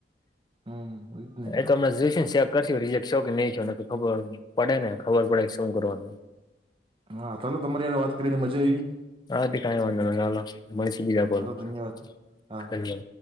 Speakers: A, on the right (about 30°); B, on the left (about 25°).
A: હમ એજ ને
B: એ તો મેં ચેક કરશે ને રીજે છો કે નહીં છો ને તો ખબર પડે ને ખબર પડે શું કરવાનું
A: હા તાલો તમારી સાથે વાત કરીને મજા આવી.
B: હા તે કઈ વાધો નઈ ચાલો મળશુ બીજા કોલમા
A: હાલો ધન્યવાદ હા